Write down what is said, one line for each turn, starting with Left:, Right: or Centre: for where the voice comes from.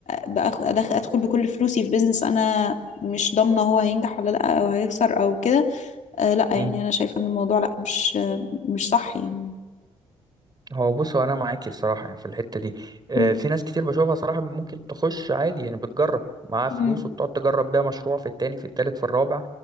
Left: بأخ- أدخ- ادخل بكل فلوسي في بيزنس انا مش ضامنه هو هينجح ولا لا او هيخسر او كده آه لا يعني
Right: مم.
Left: انا شايفه ان الموضوع لا مش مش صح يعني
Right: هو بص هو انا معاكي الصراحه يعني في الحته دي آه،
Left: مم.
Right: في ناس كتير بشوفها صراحه ممكن تخش عادي يعني بتجرب معاها
Left: مم.
Right: فلوس وبتقعد تجرب بيها مشروع في التاني في التالت في الرابع